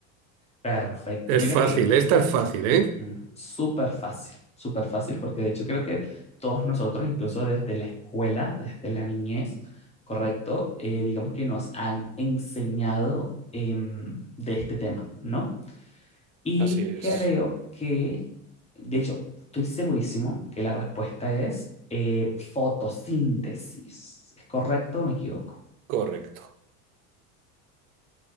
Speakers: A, on the left; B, on the right.
A: Perfecto.
B: Es
A: Mira
B: fácil,
A: que
B: esta es fácil,
A: ujú,
B: ¿eh?
A: súper fácil, súper fácil, porque de hecho creo que todos nosotros, incluso desde la escuela, desde la niñez, correcto, Eh, digamos que nos han enseñado em, de este tema, ¿no? Y
B: Así es,
A: creo que, de hecho, estoy segurísimo que la respuesta es eh, fotosíntesis. ¿Es correcto o me equivoco?
B: correcto.